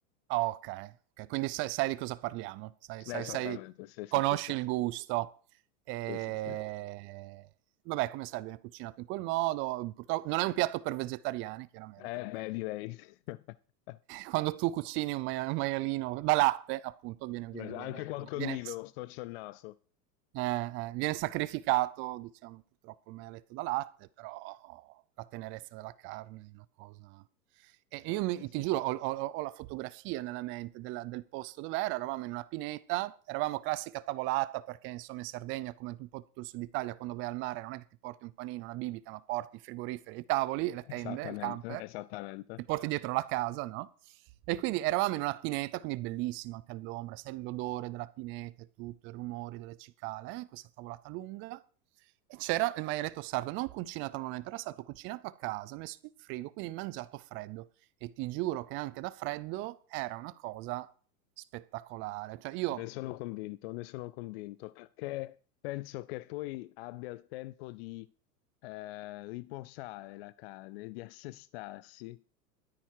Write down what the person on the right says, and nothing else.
Oh, okay, okay. Quindi sai sai di cosa parliamo, sai sai
sai
conosci
il gusto. Ehm,
vabbè, come sai viene cucinato in quel modo, purtro non è un piatto per vegetariani chiaramente,
perché
quando tu cucini un maia un maialino da latte, appunto, viene viene
viene
viene
viene s
eh, eh, viene sacrificato, diciamo, purtroppo il maialetto da latte, però la tenerezza della carne è una cosa... E e
io mi-
ti giuro,
ho, ho- ho la fotografia nella mente della- del posto dove era, eravamo in una pineta, eravamo classica tavolata perché insomma in Sardegna, come un po' tutto il sud Italia, quando vai al mare non è che ti porti un panino, una bibita, ma porti i frigoriferi, i tavoli, le tende,
il camper,
ti porti dietro la casa, no? E quindi eravamo in una pineta, quindi bellissima anche all'ombra, sai l'odore della pineta e tutto, i rumori delle cicale, eh, questa tavolata lunga. E c'era il maialetto sardo, non cucinato al momento, era stato cucinato a casa, messo in frigo, quindi mangiato freddo. E ti giuro che anche da freddo era una cosa spettacolare. Cioè io